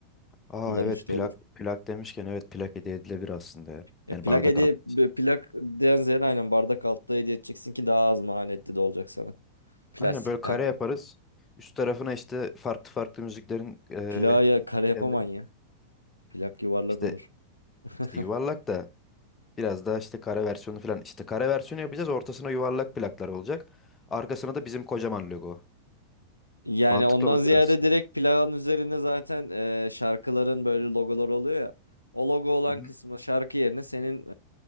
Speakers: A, on the left (about 20°); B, on the left (about 85°).
A: Aa
B: Kullanışlı
A: evet plak
B: olur.
A: plak demişken evet plak hediye edilebilir aslında ya.
B: Ya
A: Yani
B: plak
A: bardak
B: hediye
A: altı.
B: b- plak den ziyade aynen bardak altlığı hediye edeceksin ki daha az maliyetli de olacak sana. Plastikten
A: Aynen böyle kare yaparız. Üst tarafına işte farklı farklı müziklerin eee
B: plağa kare yapaman
A: kendilerin
B: ya. Plak yuvarlak
A: işte
B: olur. <laughs>
A: işte yuvarlak da biraz daha işte kare versiyonu falan. İşte kare versiyonu yapacağız. Ortasına yuvarlak plaklar olacak. Arkasına da bizim kocaman logo.
B: Yani
A: Mantıklı
B: ondan
A: olabilir
B: ziyade
A: aslında.
B: direkt plağın üzerine zaten e, şarkıların böyle logoları oluyor ya. O logo olan
A: Hı-hı.
B: kısmı şarkı yerine senin